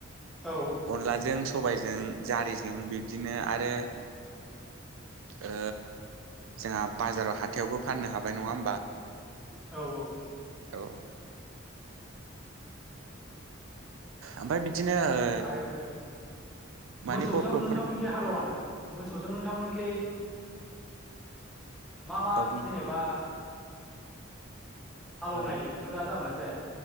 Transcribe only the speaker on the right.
अनलाजों स सबायजों जारिजों बिब्दिनो आरो ओ जोंहा बाजाराव हाथायावबो फाननो हाबाय नङा
औ ओमफ्राय बिदिनो ओ
माने
बर'फोर
ओ बुं
ओ